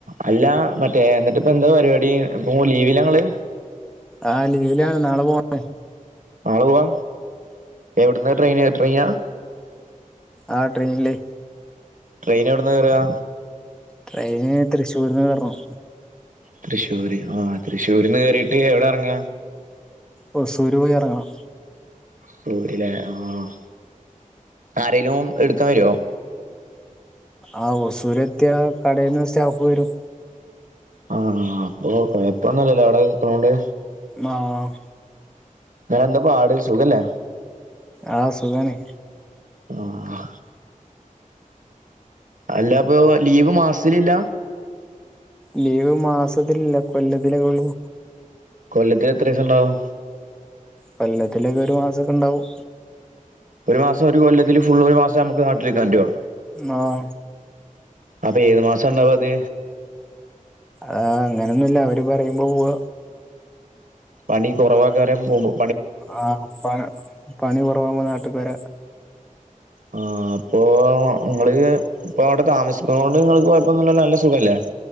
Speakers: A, on the right (about 70°); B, in the centre.
A: അല്ല മറ്റേ എന്നിട്ട് ഇപ്പ എന്താ പരിപാടി ഇപ്പ ലീവില്ല ങ്ങള്
B: ആഹ് ലീവിലാണ് നാളെ പോണേ <unintelligible>
A: നാളെ പോവാ എവിടന്ന ട്രെയിൻ റിയാ
B: ആ ട്രെയിന്ല്
A: ട്രെയിൻ എവിടന്ന കേറാ
B: ട്രെയിന് തൃശ്ശൂർന്ന് കേറ്ണം
A: തൃശൂര് ആഹ് തൃ്ശൂരിന്ന് കേറീട്ട് എവിട്റ്ങ്ങ
B: ഓ സുരൂയറങ്ങണം
A: സൂര്യല്ലേ ആഹ് ആരേലും എടുക്കാൻ വരുവോ
B: ആഹ് ഒസൂരെത്തിയാ കടേന്ന് <unintelligible> വരും
A: ആഹ് അപ്പൊ കൊഴപ്പൊന്നുംല്ലല്ലോ അവിടെ നിക്ക്ണോണ്ട്
B: മാഹ്
A: നന്താപ്പാട് സുഖല്ലേ
B: ആഹ് സുഖാണി
A: ആഹ് അല്ല അപ്പൊ ലീവ് മാസിലില്ല
B: ലീവ് മാസത്തിലല്ല കൊല്ലത്തിലേക്കൊള്ളൂ
A: കൊല്ലത്തില് എത്രിസം ഉണ്ടാവും
B: കൊല്ലത്തിലൊക്കെ ഒരു മാസൊക്കെ ഇണ്ടാവും
A: ഒരു മാസം ഒരു കൊല്ലത്തില് ഫുള്ള് ഒരു മാസം നമുക്ക് നാട്ടിലിക്കാൻ പറ്റോ
B: ആഹ്
A: അപ്പൊ ഏത് മാസാണ്ടാവ ഇത്
B: ആ അങ്ങനെയൊന്നുമല്ല അവര് പറയുമ്പോ പോവ
A: പണി കുറവാക്കാരൻ പോവുമ്പോ
B: ആഹ് പ പണി കുറവാകുമ്പോ നാട്ട്ക്ക് വര
A: ആഹ് അപ്പോ നിങ്ങള് ഇപ്പോ അവിടെ താമസിക്കുന്ന കൊണ്ട് നിങ്ങക്ക് കുഴപ്പൊന്നുല്ലല്ലോ നല്ല സുഖല്ലേ?